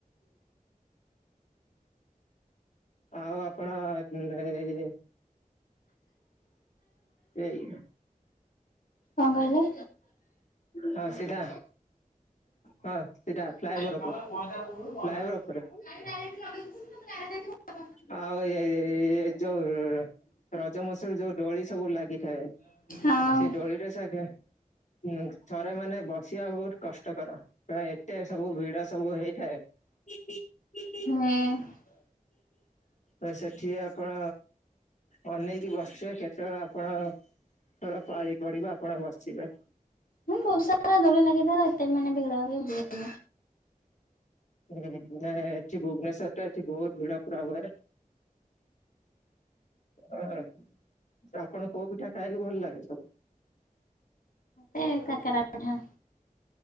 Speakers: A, on the left; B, on the left.
A: ଆଉ ଆପଣ ଇଏ ଏଇ
B: କଣ କହିଲେ?
A: ହଁ ସିଧା ହଁ ସିଧା।
B: <unintelligible>
A: ଫ୍ଲାଏଭର ଉପରେ ଫ୍ଲାଏଭର ଉପରେ ଅ ଏ ଏ ଯୋଉ ରଜ ମହୋତ୍ସବରେ ଯୋଉ ଦୋଳି ସବୁ ଲାଗିଥାଏ।
B: ହଁ।
A: ସେ ଦୋଳିରେ ସେ ହୁଁ ଥରେ ମାନେ ବସିବା ବହୁତ କଷ୍ଟକର, ଏତେ ସବୁ ଭିଡ଼ ସବୁ ହେଇଥାଏ। <unintelligible>
B: ହୁଁ
A: ଏ ସେଠି ଆପଣ ଅନେଇକି ବସିବେ କେତେବେଳେ ଆପଣ ଙ୍କର ପାଳି ପଡ଼ିବ ଆପଣ ବସିବେ।
B: ହଁ ବହୁତ ସାରା ଦୋଳି ଲାଗିଥାଏ, ନା ଏତେ ମାନେ ଭିଡ଼ ବି ହୁଏ ନି।
A: ହୁଁ ନାଇଁ ଏଠି ଭୁବନେଶ୍ୱର ତ ଏଠି ବହୁତ ଭିଡ଼ ପୁରା ହୁଏ। ହ ଆପଣ କୋଉ ପିଠା ଖାଇବାକୁ ଭଲ ଲାଗେ ସବୁ?
B: ମତେ କାକରା ପିଠା,